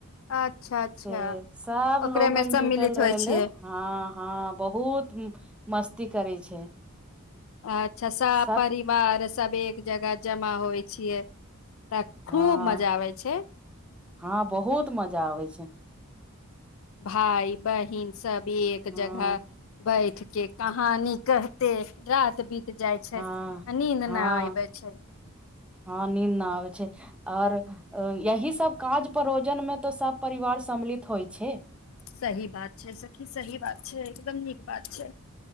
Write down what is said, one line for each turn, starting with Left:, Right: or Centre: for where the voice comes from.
Left: अच्छा अच्छा
Centre: से सब
Left: ओकरे
Centre: लोगन
Left: मे सम्मिलित
Centre: जूटल
Left: होइ
Centre: रहले
Left: छियै
Centre: हँ हँ बहुत मस्ती करै छै
Left: अच्छा सभ
Centre: सब
Left: परिवार सभ एक जगह जमा होइ छियै तऽ
Centre: हँ
Left: खूब मजा आबै छै
Centre: हँ बहुत मजा आबै छै
Left: भाइ बहिन सब भी एक
Centre: हँ
Left: जगह बैठ के कहानी कह ते राति बीत- जाइ छै
Centre: हँ
Left: आ नींद न
Centre: हँ
Left: आबे छै
Centre: हँ नीन्द ना आबै छै आओर यही सब काज परोजन मे तऽ सब परिवार सम्मिलित होइ छै
Left: सही बात छै सखी सही बात छै एकदम नीक बात छै